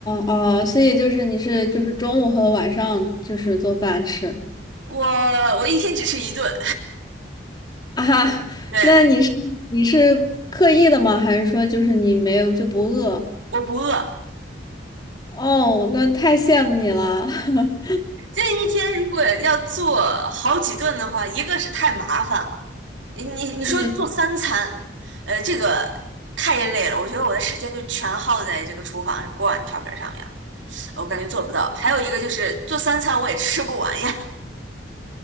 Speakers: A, on the left (about 20°); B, on the right (about 85°).
A: 哦，所以就是你是就是中午和晚上就是做饭吃
B: 我我一天只吃一顿，
A: 啊？<laughs>
B: <laughs> 对，
A: 那你是你是刻意的吗？还是说就是你没有就不饿？
B: 我不饿。
A: 哦，那太羡慕你了。<laughs>
B: 这一天如果要做好几顿的话，一个是太麻烦了，你你你说做三餐，
A: 嗯
B: 呃，这个太累了。我觉得我的时间就全耗在这个厨房锅碗瓢盆上面了，我感觉做不到。还有一个就是做三餐我也吃不完呀，